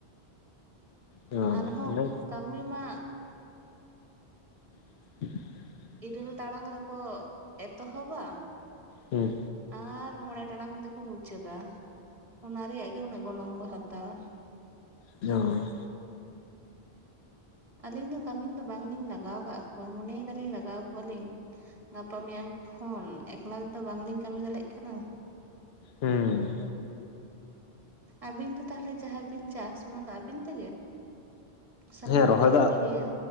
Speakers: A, on the left; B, on the right.
A: ᱦᱚᱸ
B: ᱟᱨᱦᱚᱸ
A: ᱢᱟᱱᱮ
B: ᱠᱟᱹᱢᱤ ᱢᱟ
A: <inaudible>
B: ᱤᱨᱟᱹᱞ ᱴᱟᱲᱟᱝ ᱨᱮᱠᱚ ᱮᱛᱚᱦᱚᱵᱟ
A: ᱦᱩᱸ
B: ᱟᱨ ᱢᱚᱬᱮ ᱴᱟᱲᱟᱝ ᱛᱮᱠᱚ ᱢᱩᱪᱟᱹᱫᱟ ᱚᱱᱟ ᱨᱮᱭᱟᱜ ᱜᱮ ᱩᱱᱟᱹᱜ ᱜᱚᱱᱚᱝ ᱠᱚ ᱦᱟᱛᱟᱣᱟ
A: ᱡᱚᱸ
B: ᱟᱹᱞᱤᱧ ᱫᱚ ᱠᱟᱹᱢᱤᱱ ᱫᱚ ᱵᱟᱝᱞᱤᱧ ᱞᱟᱜᱟᱣ ᱠᱟᱜ ᱠᱚᱣᱟ ᱢᱚᱱᱮᱭ ᱫᱟᱞᱤᱧ ᱞᱟᱜᱟᱣ ᱠᱚᱣᱟᱞᱤᱧ ᱜᱟᱯᱟ ᱢᱮᱭᱟᱝ ᱠᱷᱚᱱ ᱮᱠᱞᱟ ᱛᱮᱫᱚ ᱵᱟᱝᱞᱤᱧ ᱠᱟᱹᱢᱤ ᱫᱟᱲᱮᱜ ᱠᱟᱱᱟ
A: ᱦᱩᱸ
B: ᱟᱹᱵᱤᱱ ᱫᱚ ᱛᱟᱦᱚᱞᱮ ᱡᱟᱦᱟᱸ ᱵᱤᱱ ᱪᱟᱥ ᱚᱱᱟ ᱫᱚ ᱟᱹᱵᱤᱱ ᱛᱮᱜᱮ ᱥᱟᱱᱟᱢᱟᱜ
A: ᱦᱮᱸ ᱨᱚᱦᱚᱭ
B: ᱵᱤᱱ
A: ᱫᱚ,
B: ᱠᱟᱹᱢᱤ ᱜᱮᱭᱟ